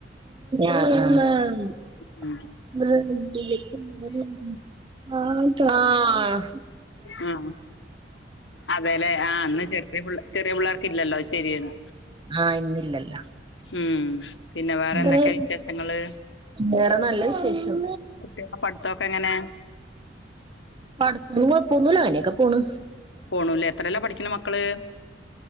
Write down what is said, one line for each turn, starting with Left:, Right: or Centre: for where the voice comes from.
Right: ആ ആ ഉം
Left: ഉം
Right: ആ
Left: ആ അതേല്ലേ ആ അന്ന് ചെറിയ ചെറിയ പിള്ളേർക്ക് ഇല്ലല്ലോ ശരിയാണ്
Right: ആഹ് ഇന്നില്ലല്ല
Left: ഉം പിന്നെ വേറെ എന്തൊക്കെയ
Right: അ
Left: വിശേഷങ്ങള്
Right: വേറെ നല്ല വിശേഷം
Left: കുട്ടികളുടെ പഠിത്തൊക്കെ എങ്ങനെ
Right: അട്ത്ത് കൊഴപ്പൊന്നുല്ല അങ്ങനെക്കെ പോണ്
Left: പോണൂല്ലേ എത്രയല്ലാ പഠിക്കണ മക്കള്